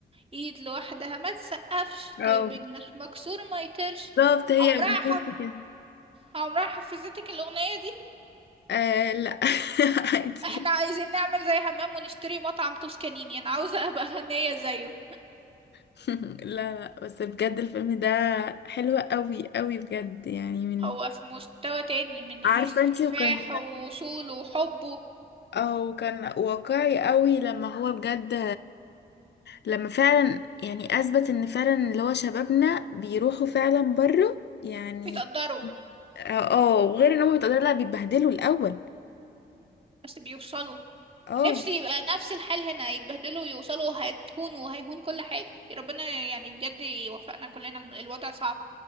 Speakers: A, on the right; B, on the left.
A: ايد لوحدها ما تسقفش
B: اه
A: درب جناح مكسور ما يطيرش
B: بالظبط هي
A: عمرها
B: بالظبط
A: حف...
B: كده
A: عمرها حفظتك الاغنية دي
B: آه لا <laughs> عادي
A: احنا عايزين نعمل زي همام ونشتري مطعم توسكانيني انا عاوزة ابقى غنية زيه
B: <laughs> لا لا بس بجد الفيلم ده حلو قوي قوي بجد يعني من
A: هو في مستوى تاني من
B: عارفة
A: حيث
B: انتي
A: كفاحه
B: وكان
A: ووصوله وحبه
B: او كان واقعي قوي لما هو بجد لما فعلا يعني اثبت ان فعلا اللي هو شبابنا بيروحوا فعلا بره يعني
A: بيتقدروا
B: اه آه، وغير ان هم بيتقدروا لا بيتبهدلوا الاول
A: بس بيوصلوا
B: اه
A: نفسي يبقى نفس الحال هنا يتبهدلوا ويوصلوا هيتهونوا وهيهون كل حاجة يا ربنا يعني بجد يوفقنا كلنا الم- الوضع صعب